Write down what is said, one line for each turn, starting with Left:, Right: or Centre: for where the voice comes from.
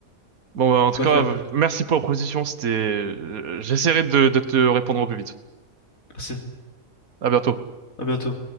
Right: Bon, bah, en
Left: Tu
Right: tout
Left: vas
Right: cas,
Left: le faire.
Right: merci pour la proposition. C'était, euh, j'essaierai de, de te répondre au plus vite.
Left: Merci.
Right: À bientôt.
Left: À bientôt.